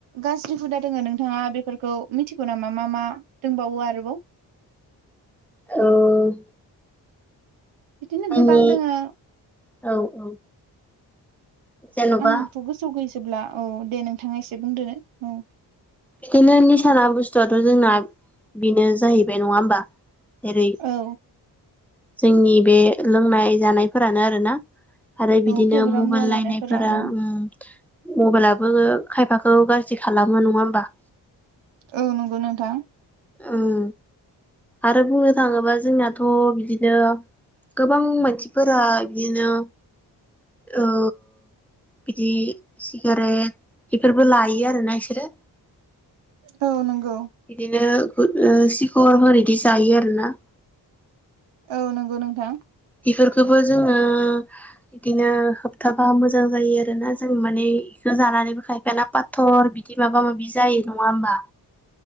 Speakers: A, on the right; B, in the centre.
A: गाज्रि हुदा दोङो नोंथाङा बेफोरखौ मिथिगौ नामा मा मा? दोंबावो आरोबाव
B: औ
A: बिदिनो
B: आंनि
A: गोबां दोङो
B: औ औ जेन'बा
A: आंथ' गोसोआव गैजोबला औ दे नोंथाङा एसे बुंदो औ।
B: बिदिनो निसाना बुस्थुआथ' जोंना बेनो जाहैबाय नङा हबा जेरै
A: औ
B: जोंनि बे लोंनाय जानायफोरानो आरोना। आरो बिदिनो
A: औ फेग्रा
B: मबाइल
A: मुवा
B: नायनायफोरा
A: लानायफोरा औ
B: ओम मबाइलाबो खायफाखौ गाज्रि खालामो नङा होमबा?
A: औ नंगौ नोंथां।
B: ओं आरो बुंनो थाङोबा जोंनाथ' बिदिनो गोबां मानसिफोरा दिनो ओ बिदि सिगारेट बेफोरबो लायो आरोना इसोरो।
A: औ नोंगौ
B: इदिनो ओ सिखर होर इदि जायो आरो ना
A: औ नोंगौ नोंथां
B: इफोरखोबो जोङो इदिनो होबथाबा मोजां जायो आरोना जों माने इखो जानानैबो खायफाना पाथ टर बिदि माबा माबि जायो नङा होमबा?